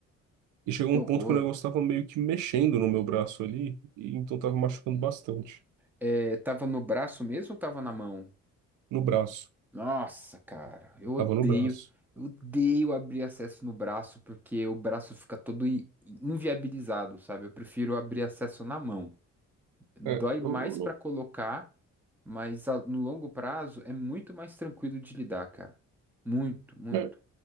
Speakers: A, on the right; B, in the centre.
A: E chegou
B: Que
A: um
B: horror.
A: ponto que o negócio estava meio que mexendo no meu braço ali, e então estava machucando bastante.
B: É, tava no braço mesmo ou tava na mão?
A: no braço.
B: Nossa, cara, eu odeio,
A: Tava no braço.
B: eu odeio abrir acesso no braço porque o braço fica todo i- inviabilizado, sabe? Eu prefiro abrir acesso na mão. Dói
A: É, eu,
B: mais
A: eu não-
B: pra colocar, mas a- no longo prazo é muito mais tranquilo de lidar, cara. Muito, muito.
A: é, é,